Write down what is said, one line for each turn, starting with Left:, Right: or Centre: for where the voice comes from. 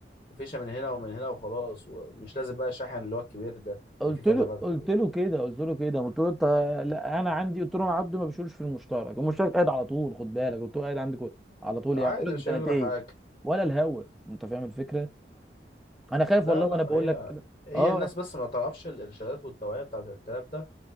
Left: فيشه من هنا ومن هنا وخلاص ومش لازم بقى شاحن اللي هو الكبير ده
Centre: قلت
Left: اللي فيه كذا
Centre: له
Left: فتحه
Centre: قلت
Left: دي
Centre: له كده قلت له كده قلت له انت لا انا عندي قلت له انا عبد ما بشيلش في المشترك المشترك قاعد على طول خد بالك قلت له قاعد عندي كل- على طول
Left: عادي
Centre: يعني بقول لك
Left: مش
Centre: بسنتين
Left: هيجرى حاجه
Centre: ولا الهوا انت فاهم الفكره انا خايف
Left: لا
Centre: والله
Left: لا
Centre: وانا بقول
Left: هي
Centre: لك كده
Left: هي
Centre: اه
Left: الناس بس ما تعرفش الارشادات والتوعيه بتاعت الكلام ده